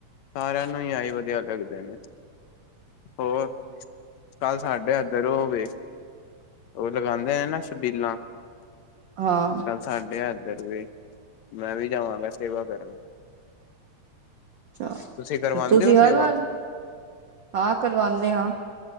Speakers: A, on the left (about 70°); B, on the right (about 50°).
A: ਸਾਰਿਆਂ ਨੂੰ ਈ ਏਈ ਵਧੀਆ ਲੱਗਦੇ ਨੇ। ਹੋਰ, ਕੱਲ ਸਾਡੇ ਐਦਰ ੳਵੇ। ਉ ਲਗਾਨਦੇ ਐ ਨਾ ਛਬੀਲਾਂ
B: ਹਾਂ
A: ਕੱਲ ਸਾਡੇ ਏਧਰ ਵੀ, ਮੈਂ ਵੀ ਜਾਵਾਂਗਾ ਸੇਵਾ ਕਰਨ।
B: ਅੱਛਾ
A: ਤੁਸੀਂ ਕਰਵਾਂਦੇ
B: ਤੁਸੀਂ
A: ੳ
B: ਹਰ
A: ਸੇਵਾ?
B: ਵਾਰ ਹਾਂ ਕਰਵਾਉਂਦੇ ਹਾਂ